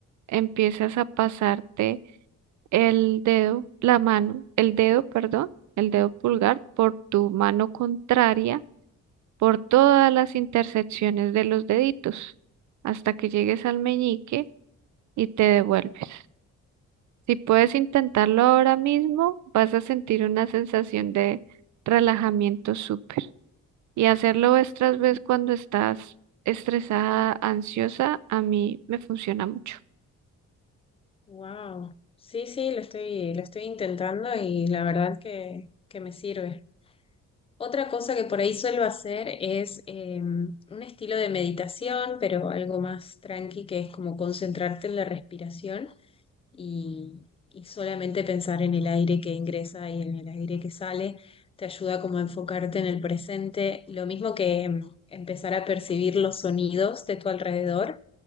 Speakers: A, on the right; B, on the left.
A: empiezas a pasarte el dedo, la mano, el dedo, perdón, el dedo pulgar por tu mano contraria por todas las intersecciones de los deditos hasta que llegues al meñique y te devuelves. Si puedes intentarlo ahora mismo, vas a sentir una sensación de relajamiento súper. Y hacerlo otras vez cuando estás estresada, ansiosa, a mí me funciona mucho.
B: Wow. Sí, sí, lo estoy, lo estoy intentando y la verdad que, que me sirve. Otra cosa que por ahí suelo hacer es eh, un estilo de meditación, pero algo más tranqui, que es como concentrarte en la respiración y, y solamente pensar en el aire que ingresa y en el aire que sale. Te ayuda como a enfocarte en el presente, lo mismo que mm, empezar a percibir los sonidos de tu alrededor